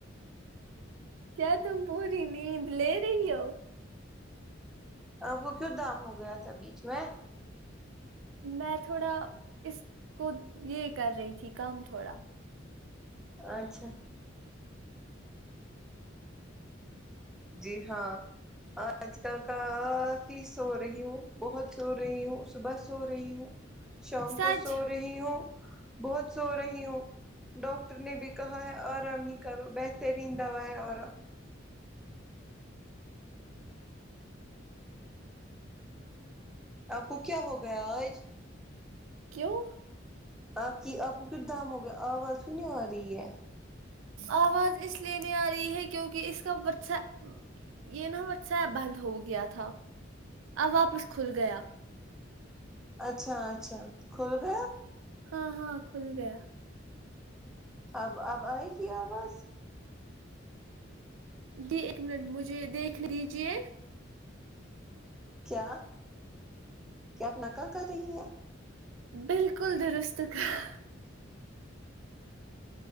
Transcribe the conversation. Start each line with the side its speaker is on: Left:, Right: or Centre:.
Right: کیا تم پوری نیند لے رہی ہو
Centre: آپ کو کیوں دام ہو گیا تھا بیچھ میں
Right: میں تھوڑا اس کو یہ کر رہی تھی کام تھوڑا
Centre: اچھا جی ہاں آج کا کافی سو رہی ہوں بہت سو رہی ہوں صبح سو رہی ہوں شام
Right: سچ
Centre: کو سو رہی ہوں بہت سو رہی ہوں ڈاکٹر نے بھی کہا ہے آرام ہی کرو بہترین دوا ہے آرام آپ کو کیا ہو گیا آج
Right: کیوں
Centre: آپ کی آپ کو پھر دام ہو گیا آواز کیوں نہیں آ رہی ہے
Right: آواز اس لیے نہیں آ رہی ہے کیونکہ اس کا بچہ یہ نا واٹس ایپ بند ہو گیا تھا اب واپس کھل گیا
Centre: اچھا اچھا کھل گیا
Right: ہاں ہاں کھل گیا
Centre: اب اب آئے گی آواز
Right: جی ایک منٹ مجھے دیکھنے دیجیے
Centre: کیا کیا آپ نقل کر رہی ہیں
Right: بالکل درست کہا